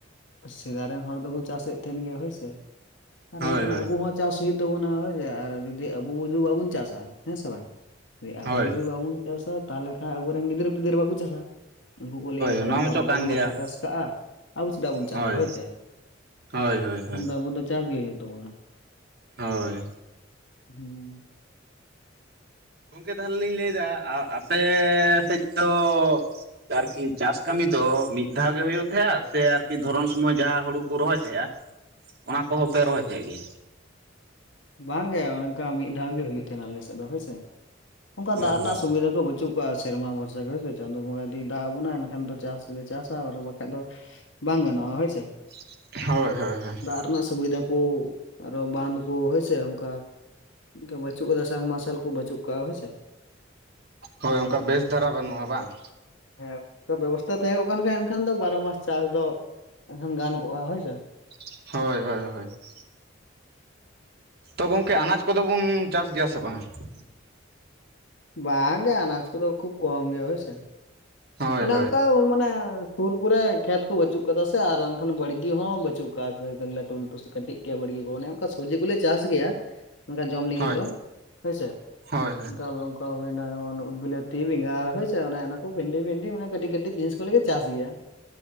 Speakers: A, on the left; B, on the right.
A: ᱥᱮᱫᱟᱭ ᱨᱮᱱ ᱦᱚᱲ ᱫᱚᱠᱚ ᱪᱟᱥᱮᱜ ᱛᱮᱦᱮᱱ ᱜᱮᱭᱟ ᱦᱳᱭ ᱥᱮ ᱾ ᱟᱨ
B: ᱦᱳᱭ
A: ᱮᱱᱠᱷᱟᱱ
B: ᱦᱳᱭ
A: ᱟᱵᱚ ᱦᱚᱸ ᱪᱟᱥ ᱦᱩᱭᱩᱜ ᱛᱟᱵᱚᱱᱟ ᱦᱳᱭ ᱥᱮ, ᱟᱨ ᱡᱩᱫᱤ ᱟᱵᱚ ᱡᱩᱫᱤ ᱵᱟᱵᱚᱱ ᱪᱟᱥᱟ ᱦᱮᱸ ᱥᱮ ᱵᱟᱝ ᱟᱵᱚ
B: ᱦᱳᱭ
A: ᱡᱩᱫᱤ ᱵᱟᱵᱚᱱ ᱪᱟᱥᱟ ᱛᱟᱦᱚᱞᱮ ᱠᱷᱟᱡ ᱟᱵᱚᱨᱮᱱ ᱜᱤᱫᱟᱹᱨᱼ ᱯᱤᱫᱟᱹᱨ ᱵᱟᱠᱚ ᱪᱟᱥᱟ ᱾ ᱩᱱᱠᱩ ᱠᱚ ᱞᱟᱹᱭᱟ ᱦᱳᱭ
B: ᱚᱱᱟ
A: ᱵᱟᱵᱟ
B: ᱢᱟᱪᱚ ᱠᱟᱱ
A: ᱛᱟᱠᱚ
B: ᱜᱮᱭᱟ
A: ᱵᱟᱠᱚ ᱪᱟᱥ ᱠᱟᱜᱼᱟ ᱾ ᱟᱵᱚ ᱪᱮᱫᱟᱜ ᱵᱚᱱ ᱪᱟᱥᱟ
B: ᱦᱳᱭ
A: ᱦᱚᱭ ᱥᱮ ᱾
B: ᱦᱳᱭ ᱦᱳᱭ ᱦᱳᱭ
A: ᱟᱵᱚ ᱫᱚ ᱪᱟᱥ ᱜᱮ ᱦᱩᱭᱩᱜ ᱛᱟᱵᱚᱱᱟ ᱾
B: ᱦᱳᱭ ᱾
A: ᱦᱮᱸ
B: ᱜᱚᱝᱠᱮ ᱛᱟᱦᱚᱞᱮ ᱞᱤᱧ ᱞᱟᱹᱭᱫᱟ ᱟᱯᱮ ᱥᱮᱫ ᱫᱚ ᱟᱨᱠᱤ ᱪᱟᱥ ᱠᱟᱢᱤ ᱫᱚ ᱢᱤᱫ ᱫᱷᱟᱣ ᱜᱮ ᱦᱳᱭᱳᱜ ᱛᱟᱦᱮᱸᱜᱼᱟ, ᱥᱮ ᱟᱨᱠᱤ ᱫᱷᱚᱨᱚᱱ ᱥᱩᱚᱢᱚᱭ ᱡᱟᱦᱟᱸ ᱦᱳᱲᱳ ᱠᱚ ᱨᱚᱦᱚᱭ ᱛᱟᱦᱮᱸᱜᱼᱟ? ᱚᱱᱟ
A: ᱦᱩᱸ
B: ᱠᱚᱦᱚᱯᱮ ᱨᱚᱦᱚᱭ ᱛᱟᱦᱮᱸᱜ ᱜᱮᱭᱟ?
A: ᱵᱟᱝᱜᱮ ᱚᱝᱠᱟ ᱢᱤᱫ ᱫᱷᱟᱣ ᱜᱮ ᱦᱩᱭᱩᱜ ᱛᱟᱦᱮᱸᱱᱟ ᱟᱞᱮᱥᱮᱫ ᱫᱚ ᱦᱮᱭᱥᱮ, ᱚᱱᱠᱟ
B: ᱦᱳᱭ
A: ᱫᱟᱜ ᱨᱮᱱᱟᱜ
B: ᱦᱳᱭ
A: ᱥᱩᱵᱤᱫᱟ ᱠᱚ ᱵᱟᱹᱪᱩᱜ ᱾ ᱟᱨ ᱥᱮᱨᱢᱟ ᱵᱷᱚᱨᱥᱟ ᱜᱮ ᱦᱳᱭ ᱪᱟᱸᱫᱳ ᱵᱚᱸᱜᱟ ᱡᱩᱫᱤ ᱫᱟᱜ ᱟᱵᱚᱱᱟ ᱮᱱᱠᱷᱟᱱ ᱫᱚ ᱪᱟᱥᱞ ᱞᱮ ᱪᱟᱥᱟ ᱟᱨ ᱵᱟᱠᱷᱟᱡ ᱫᱚ ᱵᱟᱝ ᱜᱟᱱᱚᱜᱼᱟ ᱦᱳᱭ ᱥᱮ ᱾
B: ᱦᱳᱭᱻᱦᱳᱭᱻᱦᱳᱭ ᱾
A: ᱨᱮᱱᱟᱜ ᱥᱩᱵᱤᱫᱟ ᱠᱚ ᱟᱨᱚ ᱵᱟᱸᱫ ᱠᱚ ᱦᱳᱭᱥᱮ ᱚᱱᱠᱟ ᱵᱟᱪᱩᱜ ᱠᱚᱫᱟ ᱥᱟᱵ ᱢᱟᱨᱥᱟᱞ ᱠᱚ ᱵᱟᱹᱪᱩᱜ ᱠᱟᱜᱼᱟ ᱦᱳᱭᱥᱮ ᱾
B: ᱦᱳᱭ ᱚᱱᱠᱟ ᱵᱮᱥ ᱫᱷᱟᱨᱟ ᱵᱟᱹᱱᱩᱜᱼᱟ ᱵᱟᱝ?
A: ᱦᱮᱸ ᱚᱱᱠᱟ ᱵᱮᱵᱚᱥᱛᱟ ᱛᱟᱦᱮᱸ ᱠᱚᱜ ᱠᱟᱱ ᱠᱷᱟᱱ ᱮᱱᱠᱷᱟᱱ ᱫᱚ ᱵᱟᱨᱚ ᱢᱟᱥ ᱪᱟᱥ ᱫᱚ ᱮᱱᱠᱷᱟᱱ ᱜᱟᱱ ᱠᱚᱜᱼᱟ ᱦᱳᱭ ᱥᱮ
B: ᱦᱳᱭᱻᱦᱳᱭᱻᱦᱳᱭ ᱾ ᱛᱚ ᱜᱚᱝᱠᱮ ᱟᱱᱟᱡ ᱠᱚᱫᱚᱵᱚᱱ ᱪᱟᱥ ᱜᱮᱭᱟ ᱥᱮ ᱵᱟᱝᱼᱟ?
A: ᱵᱟᱝᱜᱮ ᱟᱱᱟᱡ ᱠᱚᱫᱚ ᱠᱷᱩᱵ ᱠᱚᱢ ᱜᱮ ᱦᱳᱭᱥᱮ ᱾
B: ᱦᱳᱭ
A: ᱚᱱᱮ
B: ᱦᱳᱭ
A: ᱚᱱᱠᱟ ᱢᱟᱱᱮ ᱥᱩᱨ ᱠᱚᱨᱮ ᱠᱷᱮᱛ ᱠᱚ ᱵᱟᱹᱪᱩᱜ ᱠᱟᱫᱟ ᱥᱮ, ᱟᱨ ᱮᱱᱠᱷᱟᱱ ᱵᱟᱲᱜᱮ ᱦᱚᱸ ᱵᱟᱹᱪᱩᱜ ᱠᱟᱜᱼᱟ, ᱥᱮ ᱞᱟᱹᱴᱩ ᱞᱟᱹᱴᱩ ᱥᱮ ᱠᱟᱹᱴᱤᱡ ᱜᱮᱭᱟ ᱵᱟᱲᱜᱮ ᱠᱚ ᱚᱱᱮ ᱚᱱᱠᱟ ᱾ ᱥᱚᱵᱡᱤ ᱠᱚᱞᱮ ᱪᱟᱥ ᱜᱮᱭᱟ ᱚᱱᱠᱟ ᱡᱚᱢ ᱞᱟᱹᱜᱤᱫ
B: ᱦᱳᱭ
A: ᱫᱚ ᱦᱮᱭᱥᱮ,
B: ᱦᱳᱭ
A: ᱚᱱᱠᱟ ᱫᱚ ᱵᱟᱝ ᱦᱩᱭᱱᱟ <unintelligible> ᱵᱤᱞᱟᱹᱛᱤ ᱵᱮᱸᱜᱟᱲ ᱦᱳᱭᱥᱮ ᱚᱱᱮ ᱚᱱᱟ ᱠᱚ ᱵᱷᱮᱱᱰᱤ ᱢᱮᱱᱰᱤ ᱚᱱᱮ, ᱠᱟᱹᱴᱤᱡ ᱠᱟᱹᱴᱤᱡ ᱡᱤᱱᱤᱥ ᱠᱚᱞᱮᱜᱮ ᱪᱟᱥ ᱜᱮᱭᱟ ᱾